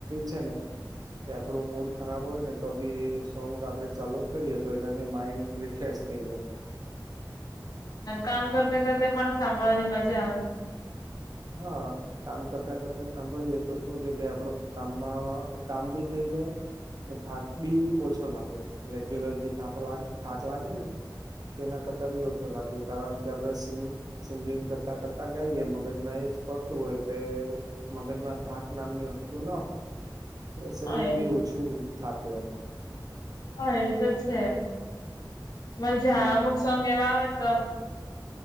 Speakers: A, on the right; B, on the left.
A: છે. કે આપડું મૂડ ખરાબ હોય ને તો બી એ સોંગ આપડે ચાલુ જ કરીએ તો એનાથી માઇડ ફસ થઈ ગયો.
B: કામ કરતે કરતે પણ સાંભળવાની મજા આવે.
A: હા. કામ કરતા કરતા સાંભળીએ તો શું છે કે આપડો કામમાં કામ ભી થઈ જાય. થાક બી ઓછો લાગે રેગ્યુલર જે થા થાક લાગે ને તેના કરતાં બી ઓછો લાગ્યો કારણ કે આપડણે સ સિંગિંગ કરતા કરતા ગાઈએ મગજ ન એ જ ફરતું હોય એટલે મગજમાં થાક નામની વસ્તુ ના હોય. એ શરીર
B: હા
A: બી ઓછું થકે એમ.
B: હા એ તો છે મજા
A: હા
B: અમુક સોંગ એવા આવે તોમ